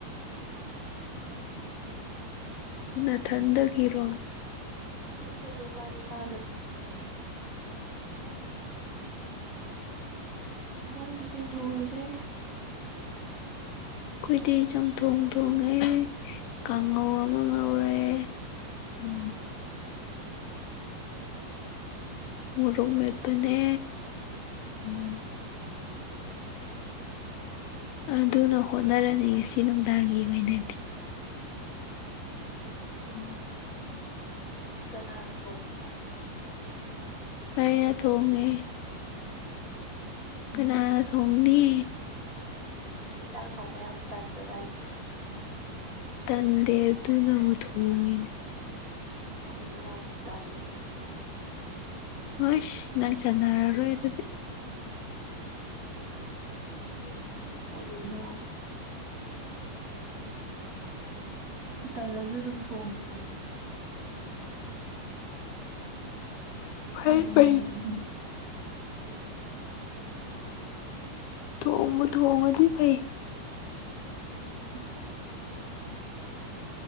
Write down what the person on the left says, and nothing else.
ꯅꯊꯟꯗꯒꯤꯔꯣ
ꯑꯩꯈꯣꯏꯗꯤ ꯑꯩꯈꯣꯏꯗꯤ ꯆꯝꯊꯣꯡ ꯊꯣꯡꯉꯦ ꯀꯥꯡꯉꯧ ꯑꯃ ꯉꯧꯔꯦ ꯎꯝ ꯃꯔꯃꯦꯛꯇꯅꯦ ꯎꯝ ꯑꯗꯨꯅ ꯍꯣꯠꯅꯔꯅꯤ ꯉꯁꯤ ꯅꯨꯡꯗꯥꯡꯒꯤ ꯑꯣꯏꯅꯗꯤ ꯎꯝ
ꯄ ꯌꯥꯗ ꯍꯣꯡꯒꯦ ꯀꯅꯥ ꯊꯣꯡꯅꯤ
ꯇꯟꯗꯦ ꯑꯗꯨꯅ ꯊꯣꯡꯉꯤꯅꯦ
ꯑꯣꯁ ꯅꯥꯟ ꯆꯅꯥꯔꯔ ꯑꯣꯏꯗꯗꯤ
ꯐꯩ
ꯐꯩ
ꯊꯣꯡꯕ ꯊꯣꯡꯒꯗꯤ ꯄꯥꯏ